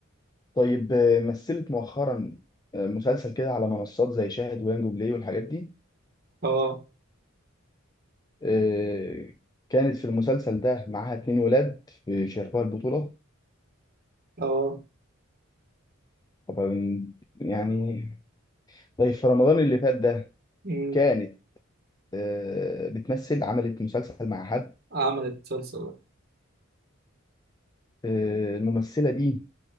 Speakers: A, on the left (about 20°); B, on the right (about 45°).
A: طيب آه، مثلت مؤخرا آه، مسلسل كده على منصات زي شاهد ويانجو بلاي والحاجات دي
B: اه
A: آه، كانت في المسلسل ده معاها اتنين ولاد في شاركوها البطولة
B: اه
A: طبعا يعني طيب في رمضان اللي فات ده
B: أمم.
A: كانت آه، بتمثل عملت مسلسل مع حد
B: عملت مسلسل
A: آه، الممثلة دي